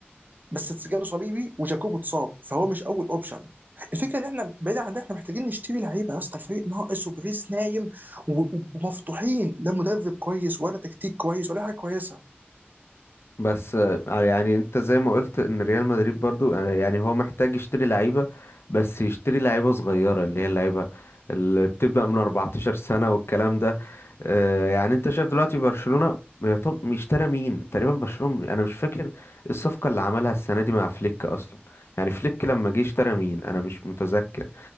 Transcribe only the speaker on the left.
بس آه، يعني انت زي ما قلت ان ريال مدريد برضو آه، يعني هو محتاج يشتري لعيبة بس يشتري لعيبة صغيرة اللي هي اللعيبة اللي بتبدأ من 14 سنة والكلام ده آه، يعني انت شايف دلوقتي برشلونة يا طب اشترى مين تقريبا برشلونة انا مش فاكر ايه الصفقة اللي عملها السنة دي مع فليك اصلا يعني فليك لما جه اشترى مين انا مش متذكر